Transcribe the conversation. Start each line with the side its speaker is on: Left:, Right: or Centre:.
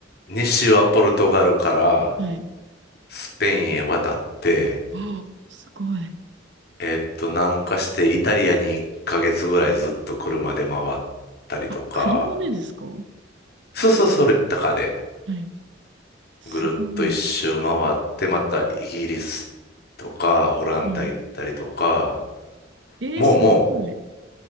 Left: 西はポルトガルから
Right: い。
Left: スペインへ渡って、
Right: ああ、すごい。
Left: えっと、南下してイタリアに1ヶ月ぐらいずっと車で回ったりとか、
Right: あ、車でですかは
Left: そうそう、それ、タカで
Right: い。すごい。
Left: ぐるっと一周回って、またイギリスとか、オランダ行ったりとか、
Right: ね、えー、
Left: もうも
Right: すごい。